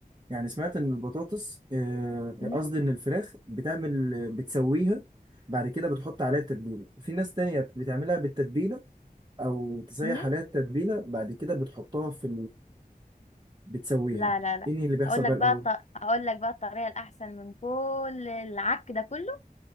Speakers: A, on the right; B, on the left.
A: يعني سمعت ان البطاطس آه،
B: امم
A: قصدي ان الفراخ بتعمل بتسويها بعد كده بتحط عليها التتبيله في ناس تانية بتعملها بالتتبيله او تسيح
B: امم
A: عليها التتبيله بعد كده بتحطها في بتسويها
B: لا لا لا
A: ايه اللي بيحصل
B: اقول لك
A: بقى
B: بقى
A: الاول
B: الط... اقول لك بقى الطريقه الاحسن من كل العك ده كله